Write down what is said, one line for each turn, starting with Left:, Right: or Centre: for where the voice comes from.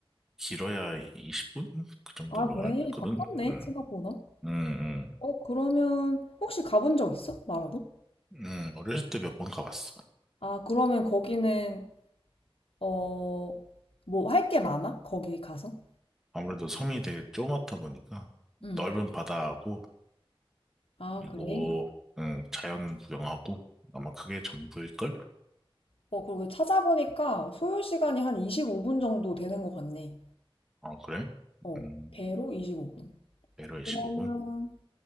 Centre: 길어야 20분? 그 정도로
Left: 아, 그래.
Centre: 알고 있거든.
Left: 가깝네,
Centre: 음,
Left: 생각보다.
Centre: 음, 음.
Left: 어, 그러면 혹시 가본 적 있어? 마라도?
Centre: 음, 어렸을 때 몇 번 가봤어.
Left: 아, 그러면 거기는, 어, 뭐 할 게 많아? 거기 가서?
Centre: 아무래도 섬이 되게 조그맣다 보니까
Left: 응.
Centre: 넓은 바다하고,
Left: 아,
Centre: 그리고,
Left: 그래.
Centre: 음, 자연 구경하고, 아마 그게 전부일걸?
Left: 어, 그리고 찾아보니까 소요 시간이 한 25분 정도 되는 것 같네.
Centre: 어, 그래?
Left: 어,
Centre: 음,
Left: 배로 25분.
Centre: 내려 25분?
Left: 그러면